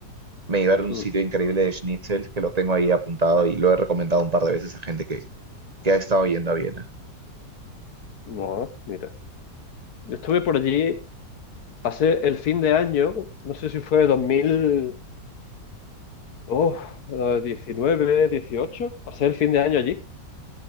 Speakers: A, on the right; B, on the left.
A: me llevaron a
B: Mm.
A: un sitio increíble de schnitzel que lo tengo ahí apuntado y lo he recomendado un par de veces a gente que, que ha estado yendo a Viena.
B: No, mira. Yo estuve por allí, pasé el fin de año, no sé si fue 2000 oh, eh, 19, 18, pasé el fin de año allí.